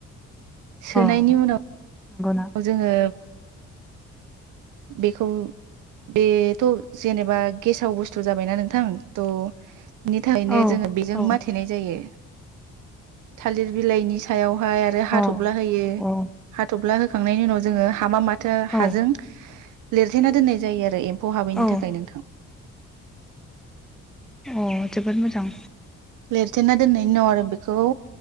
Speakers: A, on the right (about 80°); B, in the centre.
A: सोनायनि
B: अ
A: उनाव
B: नंगौना
A: जोङो बेखौ बेथ' जेनेबा गेसाव बुस्थु जाबायना नोंथां त' नि थाखायनो
B: औ
A: जोङो बेजों
B: अ
A: माथेनाय जायो। थालिर बिलाइनि सायाव फाय आरो हाथबला
B: औ
A: होयो
B: औ
A: हा थथफ्ला हो खांनायनि उनाव जोङो हामा माथो
B: औ
A: आजों लिरथेना दोननाय जायो आरो एम फौ हाबैनि
B: औ
A: थाखाय नोंथां ।
B: अ जोबोद मोजां।
A: लिरथेना दोननायनि
B: औ
A: उनाव आरो बेखौ